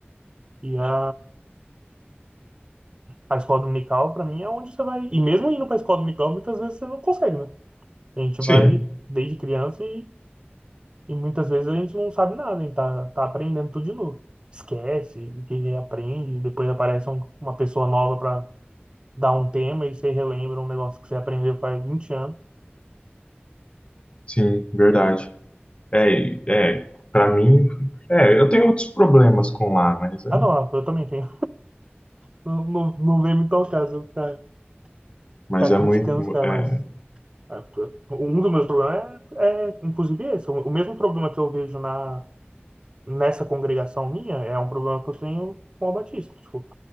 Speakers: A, on the right (about 25°); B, on the left (about 30°).
A: E a, a escola dominical, para mim, é onde você vai. E mesmo indo para a escola dominical, muitas vezes você não consegue, né? A gente
B: sim,
A: vai desde criança e, e muitas vezes a gente não sabe nada, a gente tá, tá aprendendo tudo de novo. Esquece, o que aprende, depois aparece um- uma pessoa nova para dar um tema e você relembra um negócio que você aprendeu faz 20 anos.
B: sim, verdade. É, e- é, para mim, é, eu tenho outros problemas com lá, mas é,
A: Ah, não, eu também tenho Não, não, não vem me tocar, se eu ficar,
B: mas
A: ficar
B: é
A: criticando
B: muito,
A: os caras,
B: é,
A: mas ah, t- um dos meus problemas é, é, inclusive, esse. O, o mesmo problema que eu vejo na, nessa congregação minha é um problema que eu tenho com a Batista. Tipo,